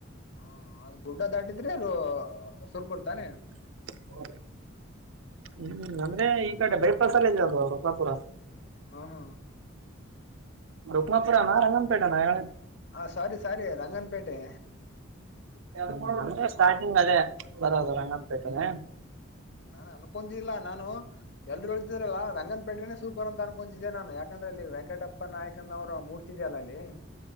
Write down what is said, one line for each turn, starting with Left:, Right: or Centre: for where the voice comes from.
Left: ಹ ಅದು <unintelligible> ಗುಡ್ಡ ದಾಟಿದ್ರೆ <unintelligible> ಹೊಸೂರುಪುರ ತಾನೇ.
Right: ಹ್ಮ ಹ್ಮ್ ಅಂದ್ರೆ ಈ ಕಡೆ ಬೈಪಸ್ ಅಲ್ಲೇ ಇದೆ ರಥಪುರ.
Left: <unintelligible>
Right: ರೂಕ್ನಾಪುರ ನ ರಂಗನಪೇಟ ನ ಹೇಳ
Left: ಹ ಸಾರಿ ಸಾರಿ ರಂಗನ್ ಪೇಟೆ.
Right: <unintelligible> ಅಂದ್ರೆ ಸ್ಟಾರ್ಟಿಂಗ್ ಅದೇ ಬರದು ರಂಗಂ ಪೇಟೆನೆ.
Left: ನಾನ್ <unintelligible> ನಾನು ಎಲ್ಲರೂ ಹೇಳ್ತಿದ್ರಲ್ಲ ರಂಗನ್ ಪೇಟೆ ಸೂರ್ ಪುರ್ ಅಂತ ಅನ್ಕೊತಿದ್ದೆ ನಾನು ಯಾಕಂದ್ರೆಲ್ಲಿ ವೆಂಕಟಪ್ಪ ನಾಯಕನ ಅವರ ಮೂ ಇದ್ದೀಯಲ್ಲ ಅಲ್ಲಿ.